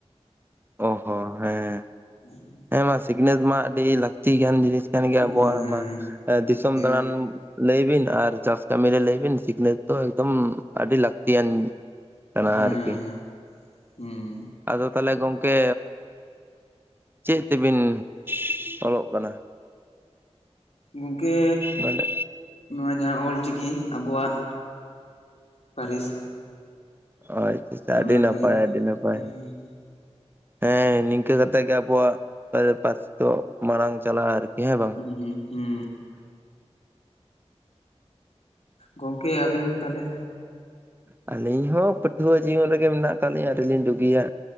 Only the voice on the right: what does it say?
ᱚ ᱦᱚ ᱦᱮᱸ᱾
ᱦᱮᱸ ᱢᱟ ᱥᱤᱠᱷᱱᱟᱹᱛ ᱢᱟ ᱟᱹᱰᱤ ᱞᱟᱹᱠᱛᱤ ᱜᱟᱱ ᱡᱤᱱᱤᱥ ᱠᱟᱱ ᱜᱮᱭᱟ
ᱟᱵᱚᱣᱟᱜ ᱢᱟ᱾
ᱫᱤᱥᱚᱢ ᱫᱟᱬᱟᱱ ᱞᱟᱹᱭ ᱵᱤᱱ ᱟᱨ ᱪᱟᱥ ᱠᱟᱹᱢ ᱨᱮ ᱞᱟᱹᱭ ᱵᱤᱱ ᱥᱤᱠᱷᱱᱟᱹᱛ ᱫᱚ ᱮᱠᱫᱚᱢ ᱟᱹᱰᱤ ᱞᱟᱹᱠᱛᱤᱭᱟᱱ ᱠᱟᱱᱟ
ᱟᱨᱠᱤ᱾
ᱟᱫᱚ ᱛᱟᱦᱞᱮ ᱜᱚᱝᱠᱮ ᱪᱮᱫ ᱛᱮ ᱵᱤᱱ ᱚᱞᱚᱜ ᱠᱟᱱᱟ?
ᱢᱟᱱᱮ
ᱟᱪᱪᱷᱟ ᱪᱷᱟ
ᱟᱹᱰᱤ ᱱᱟᱯᱟᱭ
ᱟᱹᱰᱤ ᱱᱟᱯᱟᱭ᱾
ᱦᱮᱸ ᱱᱤᱝᱠᱟᱹ ᱠᱟᱛᱮᱜ ᱜᱮ ᱟᱵᱚᱣᱟᱜ ᱯᱟ-ᱯᱟᱥᱹᱨᱥᱤ ᱫᱚ ᱢᱟᱲᱟᱝ ᱪᱟᱞᱟᱜ-ᱟ ᱟᱨᱠᱤ᱾ ᱦᱮᱸ ᱵᱟᱝ
ᱟᱹᱞᱤᱧ ᱦᱚᱸ ᱯᱟᱹᱴᱷᱩᱣᱟᱹ ᱡᱤᱭᱚᱱ ᱨᱮ ᱜᱮ ᱢᱮᱱᱟᱜ ᱟᱠᱟᱫ ᱞᱤᱧᱟᱹ ᱟᱹᱣᱨᱤᱞᱤᱧ ᱵᱟᱹᱜᱤᱭᱟ᱾